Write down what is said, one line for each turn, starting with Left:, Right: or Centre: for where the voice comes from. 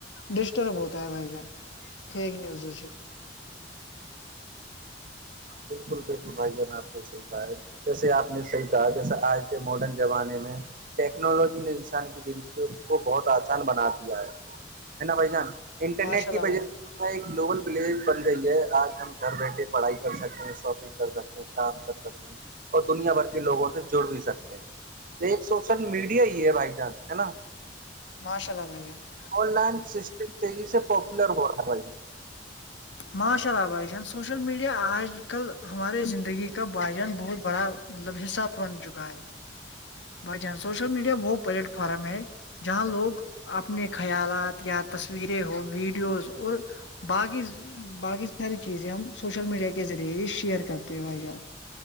Left: ڈسٹرب ہوتا ہے بھائی جان فیک نیوزوں سے
Right: بالکل بالکل بھائی جان آپ نے صحیح کہا ہے جیسے آپ نے صحی کہا جیسا آج کے ماڈرن زمانے میں ٹیکنالوجی نے انسان کی زندگیوں کو بہت آسان بنا دیا ہے ہے نا بھائی جان انٹرنیٹ
Left: ماشاء
Right: کی
Left: اللہ
Right: وجہ
Left: بھائی۔
Right: سے ایک گلوبل پلیج بن گئی ہے آج ہم گھر بیٹھے پڑھائی کر سکتے ہیں شاپنگ کر سکتے ہیں کام کر سکتے ہیں اور دنیا بھر کے لوگوں سے جڑ بھی سکتے ہیں یہ ایک سوشل میڈیا ہی ہے بھائی جان ہے نا
Left: ماشاء اللہ بھائی جان
Right: آن لائن سسٹم تیزی سے پاپولر ہو رہا بھ
Left: ماشاء اللہ بھائی جان سوشل میڈیا آج آ کل ہمارے زندگی کا بھائی جان بہت بڑا مطلب حصہ بن چکا ہے بائی چانس
Right: جان
Left: سوشل میڈیا وہ پلیٹ فارم ہے جہاں لوگ اپنے خیالات یا تصویریں ہو ویڈیوز اور باقی باقی ساری چیزیں ہم سوشل میڈیا کے ذریعے ہی شیئر کرتے ہیں بھائی جان